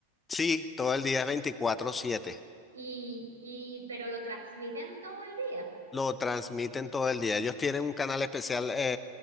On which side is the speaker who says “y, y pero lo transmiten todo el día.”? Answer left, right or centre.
Right